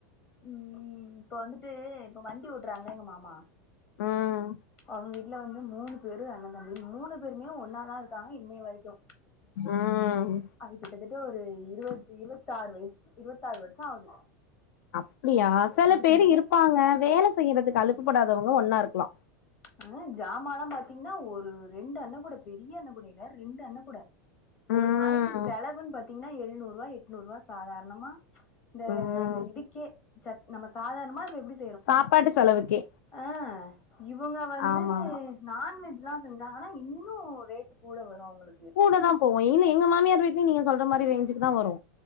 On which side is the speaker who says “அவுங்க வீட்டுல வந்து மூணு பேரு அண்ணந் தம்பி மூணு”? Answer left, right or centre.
Left